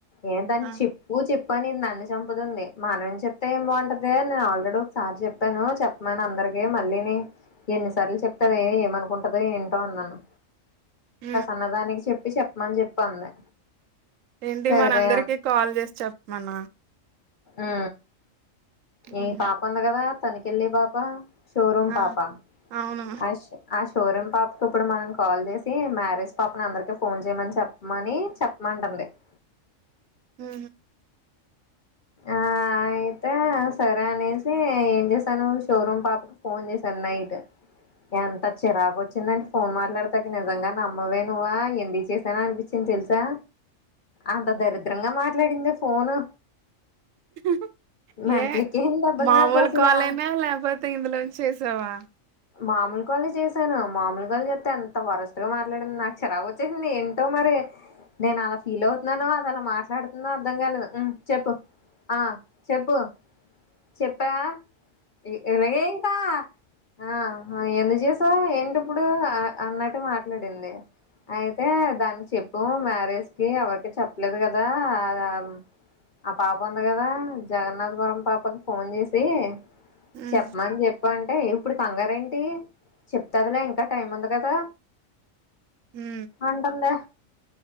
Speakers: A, on the left; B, on the right.
A: ఏ దాన్ని
B: ఆ!
A: చెప్పు చెప్పు కానీ నన్ను చంపుతుంది మనం చెప్తే ఏం బాగుంటదే నేను ఆల్రెడీ ఒకసారి చెప్పాను చెప్పమనీ అందరకి కే మళ్ళీనీ ఎన్నిసార్లు చెప్తవే ఏమనుకుంటదో ఏంటో అన్నాను
B: ఊ
A: అన్నదానికి చెప్పి చెప్పమని చెప్పి అంది
B: ఏంటి
A: సరే
B: మనందరికీ కాల్ చేసి చెప్పమనా
A: ఊ
B: హుహు.
A: ఈ పాప ఉంది కదా తన్ను కెళ్ళే పాప షోరూమ్
B: ఆ!
A: పాపా
B: అవును.
A: అష్ అష్ షోరూం పాపకు ఇప్పుడు మనం కాల్ చేసి మ్యారేజ్ పాపను అందరికి ఫోన్ చేయమని చెప్పమని చెప్పమంటుంది <inaudible>
B: ఉహు
A: ఆయ్ తే సరే అనేసి ఏం చేసాను షోరూమ్ పాపకి ఫోన్ చేశాను నైట్ ఎంత చిరాకు వచ్చిందంటే ఫోన్ మాట్లాడతాకి నిజంగా నమ్మవే నువ్వా ఎందుకు చేసాన అనిపించింది తెలుసా అంత దరిద్రంగా మాట్లాడిందే ఫోను
B: <inaudible>
A: మెంట్లెక్కేసింది
B: యే
A: దెబ్బకి
B: మామూలు
A: నాకు అసలా
B: కాలేనా లేకపోతే ఇందులోంచి చేసావా
A: మామూలు కాలే చేశాను మామూలు కాలే చేస్తే ఎంత వరస్ట్ గా మాట్లాడింది నాకు చిరాకు వచ్చేసింది ఏంటో మరి నేను అలా ఫీల్ అవుతున్నానో అది అలా మాట్లాడుతుందో అర్ధం కాలేదు ఊ చెప్పు ఆ చెప్పు చెప్పా ఇ ఇలాగే ఇంకా ఆ ఎందుకు చేసావ్ ఏంటి ఇప్పుడు అ అన్నట్టు మాట్లాడింది అయితే దాన్ని చెప్పు మ్యారేజ్ కి ఎవరికి చెప్పలేదు కదా ఆ ఆం ఆ పాప ఉంది కదా జగన్నాథపురం పాపకి ఫోన్ చేసీ
B: హ్మ్.
A: చెప్పమని చెప్పంట అంటే ఇప్పుడు కంగారు ఎంటి చెప్తాదిలే ఇంకా టైం ఉంది కదా
B: హూ
A: అంటుందే